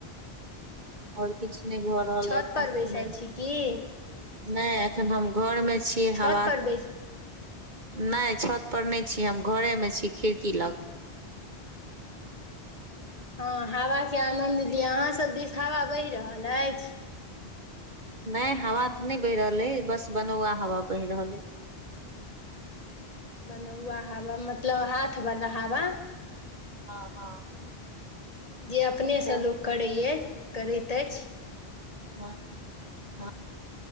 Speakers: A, on the right (about 45°); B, on the left (about 35°).
A: आओर किछ नै भऽ रहल
B: छत
A: एइ एखन
B: पर बैसल
A: त नै।
B: छी की
A: नै एखन त हम घर मे छी
B: छत
A: हवा
B: पर बैस
A: नै छत पर नै छी हम घरे मे छी खिड़की लग।
B: हँ हवा के आनन्द लियऽ अहाँ सब दिस हावा बहि रहल अइछ?
A: नै हावा तऽ नै बहि रहल अइ बस बनौआ हवा बहि रहल अइ।
B: बनौवा हावा मतलब हाथ बला हावा।
A: हँ हँ।
B: जे अपने
A: सैह।
B: सॅं लोक करैये करैत एइछ।
A: ह हँ